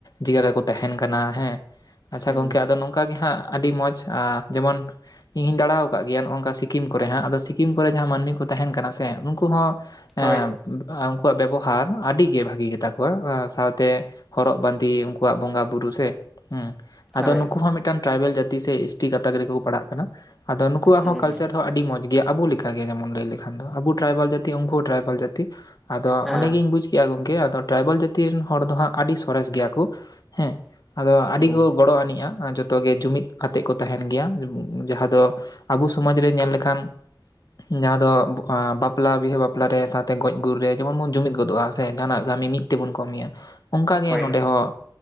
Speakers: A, on the left; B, in the centre.
A: ᱪᱤᱠᱟ ᱠᱟᱛᱮ ᱠᱚ ᱛᱟᱦᱮᱱ ᱠᱟᱱᱟ ᱦᱮᱸ ᱟᱪᱪᱷᱟ
B: ᱦᱩᱸ
A: ᱜᱚᱝᱠᱮ ᱟᱫᱚ ᱱᱚᱝᱠᱟ ᱜᱮ ᱦᱟᱸᱜ ᱟᱹᱰᱤ ᱢᱚᱸᱡᱽ ᱡᱮᱢᱚᱱ ᱤᱧ ᱦᱚᱧ ᱫᱟᱬᱟ ᱟᱠᱟᱫ ᱜᱮᱭᱟ ᱱᱚᱝᱠᱮ ᱥᱤ ᱥᱤᱠᱤᱢ ᱠᱚᱨᱮ ᱦᱟᱸᱜ ᱟᱫᱚ ᱥᱤᱠᱤᱢ ᱠᱚᱨᱮ ᱡᱟᱦᱟᱸ ᱢᱟᱹᱱᱢᱤ ᱠᱚ ᱛᱟᱦᱮᱱ ᱠᱟᱱᱟ ᱥᱮ ᱩᱱᱠᱩ ᱦᱚᱸ ᱮᱸ
B: ᱦᱳᱭ
A: ᱩᱱᱠᱩᱣᱟᱜ ᱵᱮᱵᱚᱦᱟᱨ ᱟᱹᱰᱤ ᱜᱮ ᱵᱷᱟᱜᱤ ᱜᱮᱛᱟ ᱠᱚᱣᱟ ᱥᱟᱶᱛᱮ ᱦᱚᱨᱚᱜ ᱵᱟᱸᱫᱮ ᱩᱱᱠᱩᱣᱟᱜ ᱵᱚᱸᱜᱟ ᱵᱩᱨᱩ ᱥᱮ ᱦᱩᱸ ᱟᱫᱚ
B: ᱦᱳᱭ
A: ᱱᱩᱠᱩ ᱦᱚᱸ ᱢᱤᱫᱴᱟᱝ ᱴᱨᱟᱭᱵᱮᱞ ᱡᱟᱹᱛᱤ ᱥᱮ ᱮᱤᱥᱴᱤ ᱜᱟᱛᱟᱠ ᱨᱮᱜᱮ ᱠᱚ ᱯᱟᱲᱟᱜ ᱠᱟᱱᱟ ᱾ ᱟᱫᱚ ᱱᱩᱠᱩᱣᱟᱜ
B: ᱦᱩᱸ
A: ᱦᱚᱸ ᱠᱟᱞᱪᱟᱨ ᱦᱚᱸ ᱟᱹᱰᱤ ᱢᱚᱸᱡᱽ ᱜᱮᱭᱟ ᱾ ᱟᱵᱚ ᱞᱮᱠᱟᱜᱮ ᱡᱮᱢᱚᱱ ᱞᱟᱹᱭ ᱞᱮᱠᱷᱟᱱ ᱫᱚ ᱟᱵᱚ ᱴᱨᱟᱭᱵᱮᱞ ᱡᱟᱹᱛᱤ ᱩᱱᱠᱩ ᱴᱨᱟᱭᱵᱮᱞ ᱡᱟᱹᱛᱤ ᱟᱫᱚ
B: ᱟᱸ
A: ᱚᱸᱰᱮ ᱜᱤᱧ ᱵᱩᱡ ᱠᱮᱜᱼᱟ ᱜᱚᱢᱠᱮ ᱟᱫᱚ ᱴᱨᱟᱭᱵᱮᱞ ᱡᱟᱹᱛᱤ ᱨᱮᱱ ᱦᱚᱲ ᱫᱚ ᱦᱟᱸᱜ ᱟᱹᱰᱤ ᱥᱚᱨᱮᱥ ᱜᱮᱭᱟ ᱠᱚ ᱦᱮᱸ ᱟᱫᱚ
B: ᱦᱩᱸ
A: ᱟᱹᱰᱤ ᱠᱚ ᱜᱚᱲᱚ ᱟᱹᱱᱤᱡᱼᱟ ᱡᱚᱛ ᱛᱚ ᱜᱮ ᱡᱩᱢᱤᱫ ᱟᱛᱮ ᱠᱚ ᱛᱟᱦᱮᱱ ᱜᱮᱭᱟ ᱡᱟᱦᱟᱸ ᱫᱚ ᱟᱵᱚ ᱥᱚᱢᱟᱡᱽ ᱨᱮ ᱧᱮᱞ ᱞᱮᱠᱷᱟᱱ ᱡᱟᱦᱟᱸ ᱫᱚ ᱵᱟᱯᱞᱟ ᱵᱤᱦᱟᱹ ᱵᱟᱯ ᱵᱟᱯᱞᱟ ᱨᱮ ᱥᱟᱶᱛᱮ ᱜᱚᱡᱽ ᱜᱩᱨ ᱨᱮ ᱡᱮᱢᱚᱱ ᱵᱚᱱ ᱡᱩᱢᱤᱫ ᱜᱚᱫᱚᱜᱼᱟ ᱥᱮ ᱡᱟᱦᱟᱱᱟᱜ ᱠᱟᱹᱢᱤ ᱢᱤᱫ ᱛᱮᱵᱚᱱ ᱠᱟᱹᱢᱤᱭᱟ ᱾ ᱚᱱᱠᱟᱜ ᱜᱮ
B: ᱦᱳᱭ
A: ᱱᱚᱰᱮ
B: ᱦᱳᱭ
A: ᱦᱚᱸ